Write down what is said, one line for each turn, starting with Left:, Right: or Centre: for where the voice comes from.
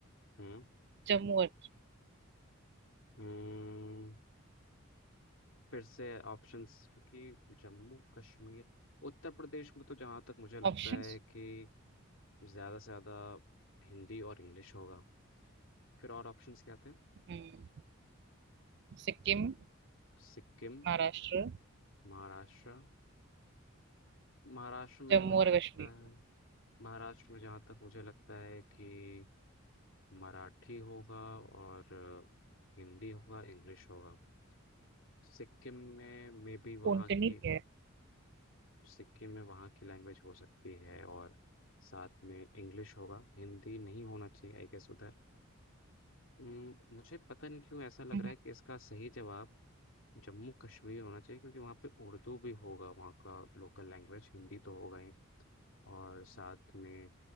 Left: हम्म
Right: जम्मू और
Left: हम्म फिर से ऑप्शंस क्योंकि जम्मू कश्मीर उत्तर प्रदेश में तो जहाँ तक मुझे लगता
Right: ऑप्शंस
Left: है कि ज़्यादा से ज़्यादा हिंदी और इंग्लिश होगा फिर और ऑप्शंस क्या थे
Right: हम्म सिक्किम
Left: सिक्किम
Right: महाराष्ट्र
Left: महाराष्ट्र महाराष्ट्र में
Right: जम्मू
Left: भी मुझे
Right: और
Left: लगता
Right: कश्मीर
Left: है महाराष्ट्र में जहाँ तक मुझे लगता है कि मराठी होगा और हिंदी होगा इंग्लिश होगा सिक्किम में मे बी
Right: कोंकणी
Left: वहाँ की
Right: भी है
Left: सिक्किम में वहाँ की लैंग्वेज हो सकती है और साथ में इंग्लिश होगा हिंदी नहीं होना चाहिए आई गेस उधर हम्म, मुझे पता नहीं क्यों ऐसा लग
Right: हम्म,
Left: रहा है कि इसका सही जवाब जम्मू कश्मीर होना चाहिए क्योंकि वहाँ पे उर्दू भी होगा वहाँ का लोकल लैंग्वेज हिंदी तो होगा ही और साथ में